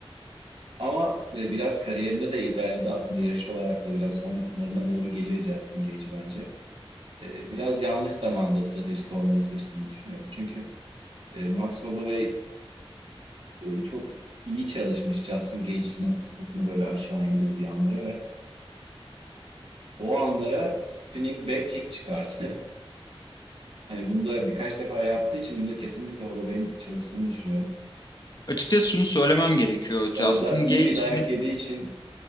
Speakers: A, on the right; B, on the left.
A: Ama e, biraz kariyerinde de ilerledi aslında yaş olarak da biraz sonlarına doğru geliyor Justin Gage bence. E, Biraz yanlış zamanda stratejik olmayı seçtiğini düşünüyorum. Çünkü e, Max Holloway e, çok iyi çalışmış Justin Gage'in kafasını böyle aşağı indirdiği anlara ve o anlara spinning back kick çıkardı. <laughs> Hani bunu da birkaç defa yaptığı için bunda kesinlikle Holloway'in çalıştığını düşünüyorum.
B: Açıkçası şunu söylemem gerekiyor. Justin
A: Orada iyi
B: Gaethje'nin
A: bir dayak yediği için